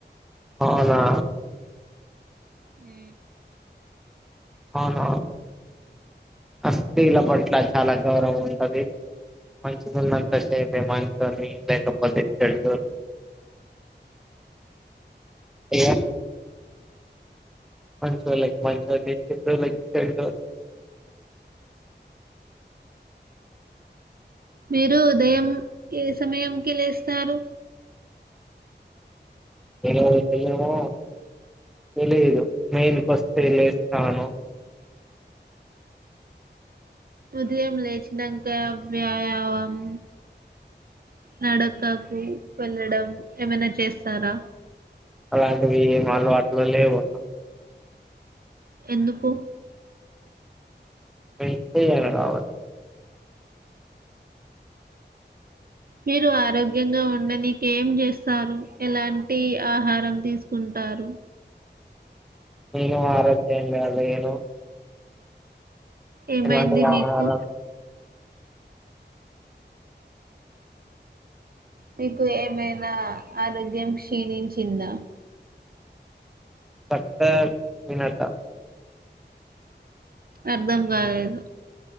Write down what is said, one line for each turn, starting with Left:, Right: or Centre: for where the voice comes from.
Centre: అవునా
Right: హూ
Centre: అవునూ అ స్త్రీల పట్ల చాలా గౌరవం ఉంటది మంచిగున్నంత సేపే మంచోడ్ని లేకపోతే చెడ్డో. ఏ మంచోలక్ మంచోన్ని చెడ్డోలక్ చెడ్డోన్
Right: మీరూ ఉదయం ఏ సమయం కి లేస్తారు
Centre: నేను బియ్యమూ తెలీదు నేను ఫస్టే లేస్తాను
Right: ఉదయం లేచినంక వ్యాయామం నడకకు వెళ్ళడం ఏమైనా చేస్తారా
Centre: అలాంటివి ఏం అలవాట్లు లేవ్ అక్క
Right: ఎందుకు
Centre: <unintelligible>
Right: మీరు ఆరోగ్యంగా ఉండనికె ఏం చేస్తారు, ఎలాంటి ఆహారం తీసుకుంటా. తారు
Centre: నేను ఆరోగ్యంగా లేను
Right: ఏమైంది
Centre: ఎలాంటి
Right: మీకు
Centre: ఆహారం
Right: మీకు ఏమైనా ఆరోగ్యం క్షీణించిందా
Centre: పట్ట వినాట
Right: అర్థం కాలేదు